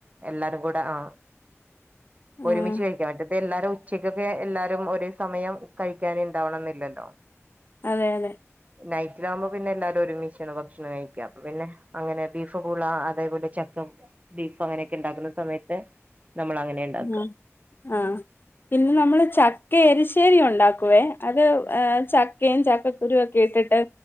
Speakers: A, on the right; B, on the left.
A: എല്ലാരും കൂടെ ആ ഒരുമിച്ച്
B: ആഹ്
A: കഴിക്കാം മറ്റേ എല്ലാരും ഉച്ചക്കൊക്കെ എല്ലാരും ഒരേ സമയം കൈക്കാൻ ഇണ്ടാവണമെന്നില്ലലോ
B: അതെ അതെ
A: നൈറ്റിലാവുമ്പോ പിന്നെ എല്ലാരും ഒരുമി ച്ചാണ് ഭക്ഷണം കഴിക്ക പിന്നെ അങ്ങനെ ബീഫ് കൂടുള്ള അതേപോലെ ചക്ക ബീഫ് അങ്ങനെയൊക്കെ ഇണ്ടാക്കുന്ന സമയത്ത് നമ്മൾ അങ്ങനെ ഉണ്ടാക്കുക
B: ആ ആ പിന്നെ നമ്മള് ചക്കരി ചക്കരി ഉണ്ടാക്കുവേ അത് ചക്കയും ചക്കക്കുരുയും ഒക്കെ ഇട്ടിട്ട്